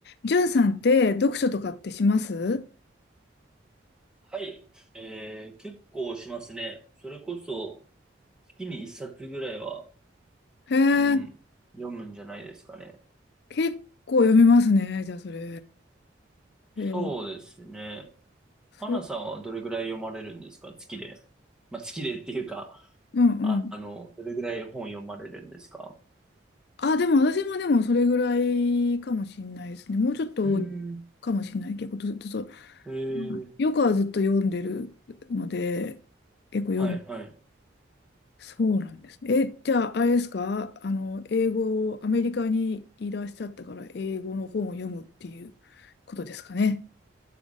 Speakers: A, on the left; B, in the centre.
A: じゅんさんって読書とかってします
B: はい。えー、結構しますね。それこそ、月に一冊ぐらいは、
A: へえ、
B: うん、読むんじゃないですかね。
A: 結構読みますね、じゃあそれ。へえ、
B: そうですね。
A: そう、
B: 花さんはどれぐらい読まれるんですか月で。まあ、月でっていうか、
A: うんうん。
B: あ、あの、どれぐらい本読まれるんですか
A: あ、でも私もでもそれぐらいかもしんないですね。もうちょっと多い
B: うーん、
A: かもしんない。結構ずっと、そう
B: えー、
A: よくはずっと読んでるので、結構読む。
B: はいはい。
A: そうなんですね。え、じゃああれですかあの、英語、アメリカにいらっしゃったから英語の本を読むっていうことですかね。